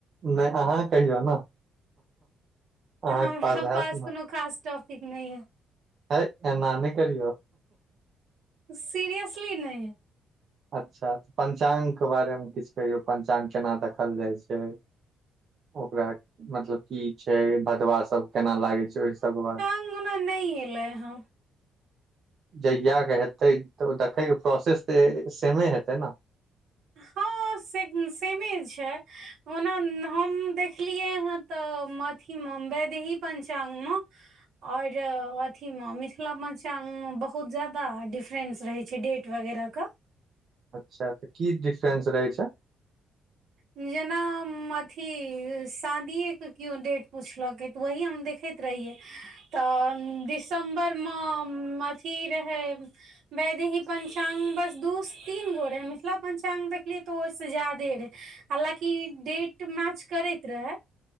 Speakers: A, on the right; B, on the right.
A: नहि अहाँ कहियौ ने अहाँके
B: हमरा
A: हैत
B: पास कोनो खास टॉपिक नहि यए
A: हे एना नहि करियौ
B: सीरियसली नहि
A: अच्छा पंचांग के बारे मे किछु कहियौ पंचा्ग केना देखल जाई छै ओकरा मतलब की छै भदवा सब केना लागे छै ओहि सब के बाद
B: अंगना नहि एलै हँ
A: जहिय के हेतै तऽ देखैके प्रोसेस तऽ सेमे हेतै ने
B: हाँ से सेमे छै ओना हम देख देखलियै हँ तऽ मथी में बेदहि पंचांग में और अथी में मिथिला मंचागं में बहुत जादा डिफरेंस रहे छै डेट वगैरह का
A: अच्छा तऽ की डिफ्रेंस रहै छै
B: जेना अथी शादीए के केओ डेट पुछलक ओहि हम देखैत रहियै तऽ दिसम्बरमे अथी रहै वैदही पंचांग मे बस दू तीन गो रहे मिथिला पंचांग देखलिये तो ओहिस ज्यादे रहे हालाँ की डेट मैच करैत रहै